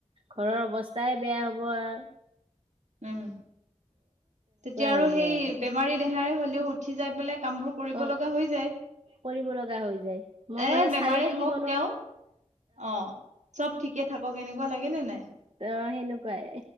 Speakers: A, on the right (about 45°); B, on the right (about 80°).
A: ঘৰৰ অৱস্থাই বেয়া হ'ব আৰ।
B: উম। তেতিয়া
A: হৈ
B: আৰু সেই
A: যায়
B: বেমাৰী দেহাৰে হ'লেও উঠি যাই পেলাই কামবোৰ কৰিব
A: অ
B: লগা হৈ যায়।
A: কৰিব লগা হৈ যায়।
B: এ
A: মই মানে
B: বেমাৰে
A: চাইও থাকিব
B: হওক
A: নোৱাৰো।
B: তেওঁ অ চব ঠিকে থাকক। এনেকুৱা লাগে নে নাই?
A: ত সেনেকুৱাই